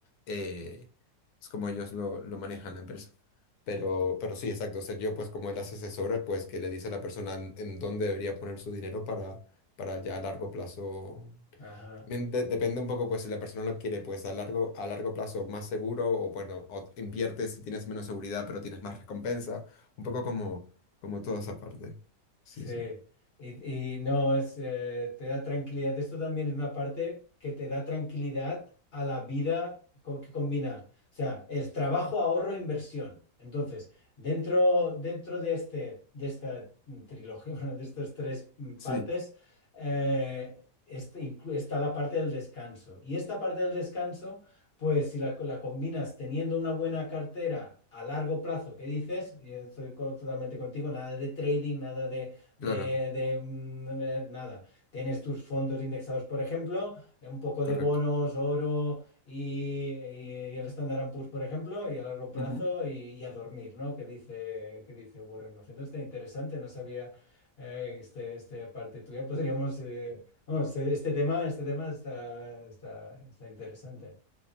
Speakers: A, on the left; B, on the left.
A: eh, es como ellos lo, lo manejan la empresa. Pero, pero sí, exacto. O sea, yo, pues como él hace asesora, pues que le dice a la persona en, en dónde debería poner su dinero para, para ya a largo plazo
B: Ajá.
A: también de- depende un poco, pues, si la persona lo quiere, pues, a largo, a largo plazo más seguro o, bueno, o inviertes si tienes menos seguridad, pero tienes más recompensa. Un
B: mm.
A: poco como, como toda esa parte. Sí,
B: Sí,
A: sí.
B: y, y no es, eh, te da tranquilidad. Esto también es una parte que te da tranquilidad a la vida co- que combina. O sea, es trabajo, ahorro, inversión. Entonces, dentro, dentro de este, de esta mm, trilogía, <laughs> bueno, de estas tres mm,
A: Sí,
B: partes, eh, este inclu- está la parte del descanso. Y esta parte del descanso, pues si la, la combinas teniendo una buena cartera a largo plazo, ¿qué dices? Y estoy co- totalmente contigo, nada de trading, nada de de,
A: claro,
B: de, mm, de nada. Tienes tus fondos indexados, por ejemplo, eh, un poco
A: correcto.
B: de bonos, oro y, y el Standard and Poor's, por ejemplo, y a largo plazo
A: Ujú.
B: y, y a dormir, ¿no? Que dice, que dice Warren Buffett. Está interesante, no sabía eh, este, este parte tuya. Podríamos, eh, vamos, eh, este tema, este tema está, está, está interesante.